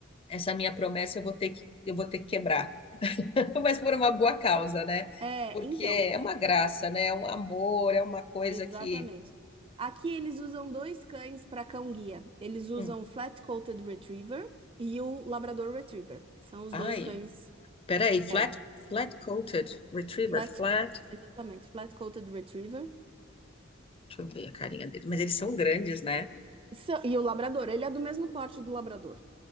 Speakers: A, on the left (about 30°); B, on the right (about 25°).
A: essa minha promessa eu vou ter que eu vou ter que quebrar. <laughs> mas por uma boa causa, né?
B: É,
A: Porque
B: então,
A: é uma graça, né? É um amor, é uma coisa
B: Exatamente.
A: que.
B: Aqui eles usam dois cães para cão-guia. Eles usam
A: Hum.
B: o Flat-Coated Retriever e o Labrador Retriever. São os
A: Ai,
B: dois cães.
A: peraí, flat,
B: É,
A: flat coated retriever,
B: flat,
A: flat.
B: exatamente, Flat-Coated Retriever.
A: Deixa eu ver a carinha deles, mas eles são grandes, né?
B: São- E o Labrador, ele é do mesmo porte do Labrador.